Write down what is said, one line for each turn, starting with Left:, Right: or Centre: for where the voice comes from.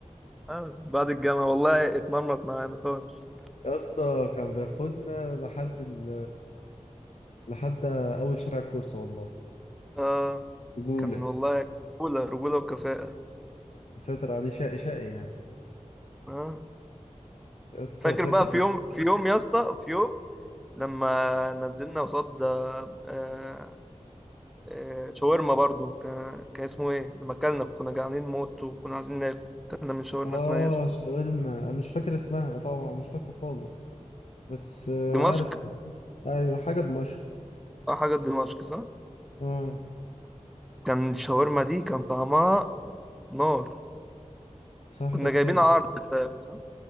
Centre: اه بعد الجامعة والله اتمرمط معانا خالص
Left: يا اسطى كان بياخدنا لحد ال... لحد أول شارع الكورس والله
Centre: اه
Left: رجولة
Centre: كان والله رجولة رجولة وكفاءة
Left: يسيطر عليه شقي شقي يعني
Centre: اه
Left: يا اسطى
Centre: فاكر
Left: فاكر
Centre: بقى في يوم في يوم يا اسطى في يوم لما نزلنا قصاد آه، آه، شاورما برضو كان كان اسمه ايه لما اكلنا كنا جعانين موت وكنا عايزين ناكل اكلنا من شاورما
Left: اه
Centre: اسمها ايه يا اسطى
Left: شاورما أنا مش فاكر اسمها طبعا مش فاكره خالص بس آه،
Centre: دمشق دمشق.
Left: عارف ايوه حاجه دمشق
Centre: اه حاجة دمشق صح
Left: اه
Centre: كان الشاورما دي كان طعمها نار
Left: بصراحه
Centre: كنا
Left: كانت
Centre: جايبين
Left: حلوه
Centre: عرض فاهم صح